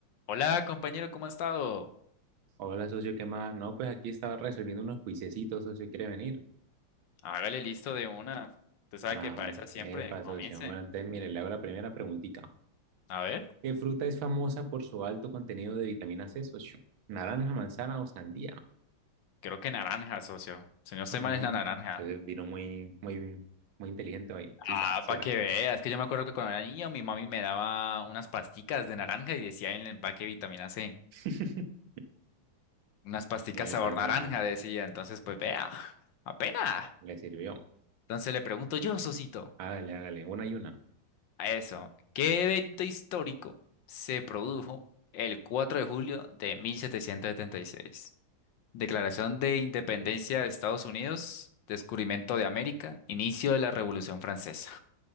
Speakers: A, on the left; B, on the right.
A: Hola, compañero, ¿cómo ha estado?
B: Hola, socio, ¿qué más? No, pues aquí estaba resolviendo unos juiciecitos, socio, ¿quiere venir?
A: Hágale listo de una. Usted sabe
B: Ah,
A: que para esa siempre.
B: epa,
A: Comience.
B: socio. Bueno, entonces, mire, le hago la primera preguntita.
A: A ver,
B: ¿Qué fruta es famosa por su alto contenido de vitamina C, socio? ¿Naranja, manzana o sandía?
A: creo que naranja, socio. Si no estoy
B: No,
A: mal, es la
B: entonces
A: naranja.
B: vino muy, muy, muy inteligente hoy. Sí,
A: Ah,
B: sa- sí
A: para
B: era.
A: que veas, que yo me acuerdo que cuando era niño mi mami me daba unas pasticas de naranja y decía en el empaque vitamina C.
B: <laughs>
A: Unas pasticas
B: Epa,
A: sabor naranja,
B: socio,
A: decía. Entonces, pues vea, apenas.
B: le sirvió.
A: Entonces le pregunto yo, Sosito,
B: Hágale, hágale, una y una.
A: a eso, ¿qué evento histórico se produjo el 4 de julio de 1776? Declaración de Independencia de Estados Unidos, descubrimiento de América, inicio de la Revolución Francesa.